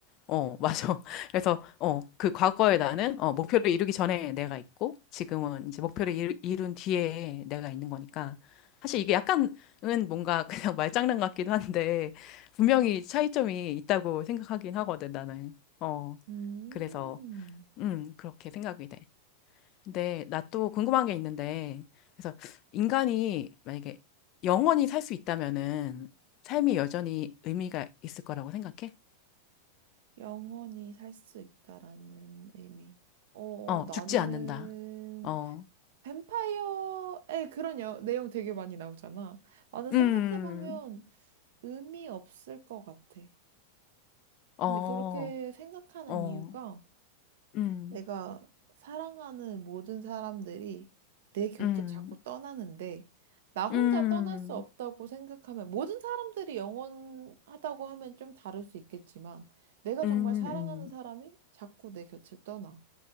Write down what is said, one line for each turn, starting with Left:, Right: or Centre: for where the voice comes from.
Left: 어, 맞아. <laughs> 그래서, 어, 그 과거에 나는, 어, 목표를 이루기 전에 내가 있고, 지금은 이제 목표를 이루- 이룬 뒤에 내가 있는 거니까. 사실 이게 약간은 뭔가 그냥 <laughs> 말장난 같기도 한데, 분명히 차이점이 있다고 생각하긴 하거든, 나는. 어,
Right: 음,
Left: 그래서, 음, 그렇게 생각이 돼. 근데 나 또 궁금한 게 있는데, 그래서 인간이 만약에 영원히 살 수 있다면은 삶이 여전히 의미가 있을 거라고 생각해?
Right: 영원히 살 수 있다라는 의미. 어,
Left: 어,
Right: 나는
Left: 죽지 않는다. 어,
Right: 뱀파이어의 그런 여- 내용 되게 많이 나오잖아. 나는 생각해보면
Left: 음,
Right: 의미 없을 것 같아.
Left: 어,
Right: 근데 그렇게 생각하는
Left: 어,
Right: 이유가
Left: 음,
Right: 내가 사랑하는 모든 사람들이 내 곁을
Left: 음,
Right: 자꾸 떠나는데 나 혼자
Left: 음,
Right: 떠날 수 없다고 생각하면 모든 사람들이 영원하다고 하면 좀 다를 수 있겠지만 내가
Left: 음,
Right: 정말 사랑하는
Left: 음,
Right: 사람이 자꾸 내 곁을 떠나.